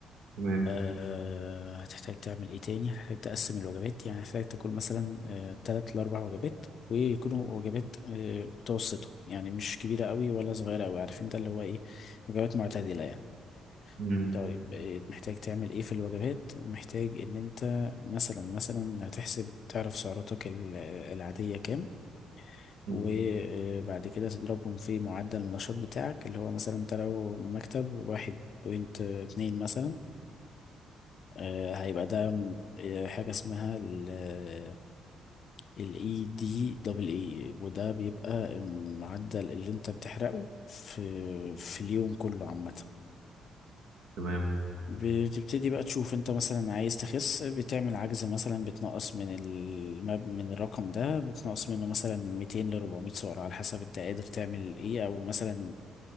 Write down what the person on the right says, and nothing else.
تمام
مم.
مم.
تمام